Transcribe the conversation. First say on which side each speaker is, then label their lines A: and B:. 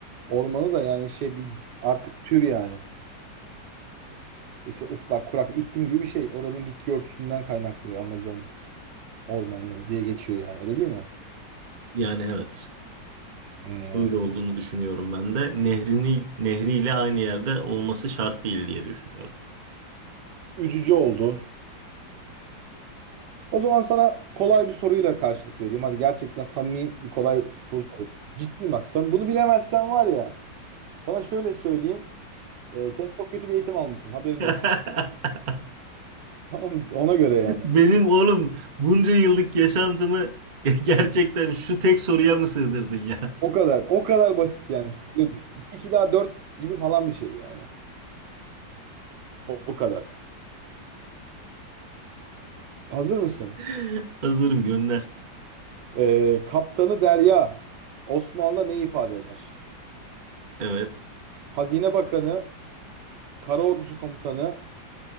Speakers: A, on the right (about 70°); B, on the right (about 35°).
A: ormanı da yani şey bir artık tür yani. İşte ıslak, kurak iklim gibi bir şey. Oranın bitki örtüsünden kaynaklanıyor Amazon ormanları diye geçiyor yani. Öyle değil mi?
B: Yani evet.
A: Hmm.
B: Öyle olduğunu düşünüyorum ben de. Nehrini, nehriyle aynı yerde olması şart değil diye düşünüyorum.
A: Üzücü oldu. O zaman sana kolay bir soruyla karşılık vereyim. Hadi gerçekten samimi bir kolay soru sorayım. Ciddiyim bak. Sen bunu bilemezsen var ya. Sana şöyle söyleyeyim. Ee, sen çok kötü bir eğitim almışsın. Haberin
B: <laughs>
A: olsun. Tamam, Ona göre yani.
B: Benim oğlum bunca yıllık yaşantımı <laughs> gerçekten şu tek soruya mı sığdırdın ya?
A: O kadar. O kadar basit yani. iki daha 4 gibi falan bir şey yani. O, o kadar. Hazır mısın?
B: <laughs> Hazırım gönder.
A: Ee, Kaptanı Derya Osmanlı'da ne ifade eder?
B: Evet.
A: Hazine Bakanı, Kara Ordusu Komutanı,